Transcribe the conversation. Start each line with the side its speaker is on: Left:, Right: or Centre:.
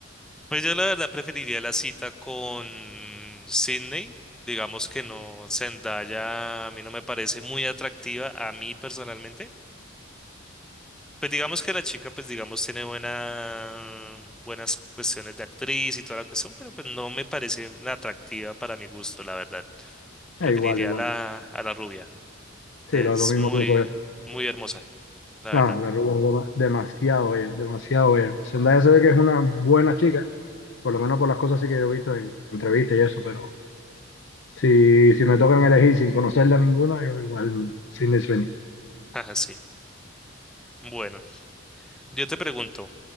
Centre: Pues yo la verdad preferiría la cita con Sydney. Digamos que no, Zendaya a mí no me parece muy atractiva a mí personalmente. Pues digamos que la chica, pues digamos, tiene buena, buenas cuestiones de actriz y toda la cuestión, pero pues no me parece la atractiva para mi gusto, la verdad.
Left: Eh,
Centre: Preferiría
Left: igual, igual.
Centre: a la, a la rubia.
Left: Sí,
Centre: Es
Left: lo, lo mismo
Centre: muy,
Left: que nosotros.
Centre: muy hermosa, la
Left: No,
Centre: verdad.
Left: la rubia es dema- demasiado bella, demasiado bella. Zendaya se ve que es una buena chica. por lo menos por las cosas sí que yo he visto en entrevistas y eso, pero si, si me tocan elegir sin conocerla ninguna, yo igual Sydney Sweeney.
Centre: <laughs> Ajá, sí. Bueno, yo te pregunto,